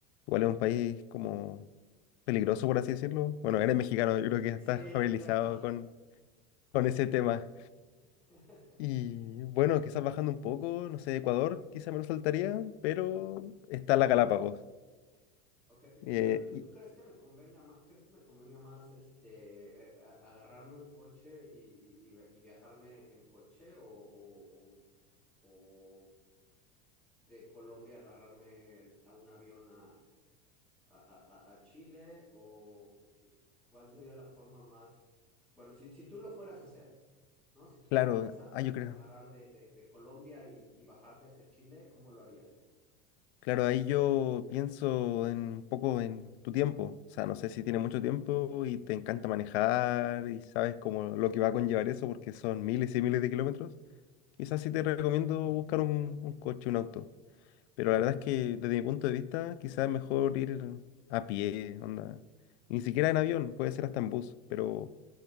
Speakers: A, on the left; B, in the centre.
A: igual es un país como peligroso, por así decirlo. Bueno, eres mexicano, yo creo que ya estás
B: Sí,
A: familiarizado
B: exacto.
A: con, con ese tema.
B: <laughs>
A: Y bueno, quizás bajando un poco, no sé, Ecuador, quizás me lo saltaría, pero
B: Mm,
A: está la Galápagos.
B: Ok, este,
A: Eh,
B: pero ¿tú,
A: y
B: tú crees que me convenga más, crees que me convenga más este, eh, a- agarrarme un coche y, y- y vi- y viajarme en coche o, o- o- o de Colombia agarrarme a un avión a, a- a- a Chile? ¿O cuál sería la forma más, bueno, si, si tú lo fueras a hacer, ¿no? Si tú
A: claro,
B: te fueras a, a-
A: ah, yo creo.
B: a agarrar de, de- de Colombia y, y bajarte hacia Chile, ¿cómo lo haría?
A: Claro, ahí yo pienso en, un poco en tu tiempo. O sea, no sé si tienes
B: Ujú.
A: mucho tiempo y te encanta manejar y sabes como lo que va a conllevar eso porque son miles y miles de kilómetros. Quizás sí te recomiendo buscar un, un coche, un auto. Pero la verdad es que desde mi punto de vista, quizás es mejor ir a pie, onda. Y Ni siquiera en avión, puede ser hasta en bus, pero